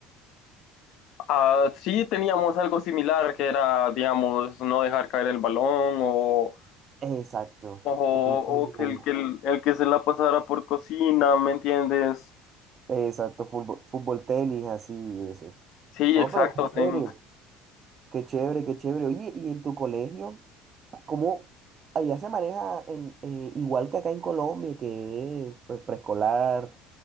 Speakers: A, on the left; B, on the right.
A: Ah, sí teníamos algo similar que era, digamos, no dejar caer el balón o,
B: Exacto.
A: o,
B: O como-
A: o que,
B: como-
A: el, que el, el que se la pasara por cocina, ¿me entiendes?
B: Exacto, fútbol, fútbol, tenis, así, eso.
A: Sí,
B: No,
A: exacto,
B: pero qué chévere,
A: tenis.
B: qué chévere, qué chévere. Oye, ¿y en tu colegio, cómo allá se maneja en, eh, igual que acá en Colombia, que es pues preescolar,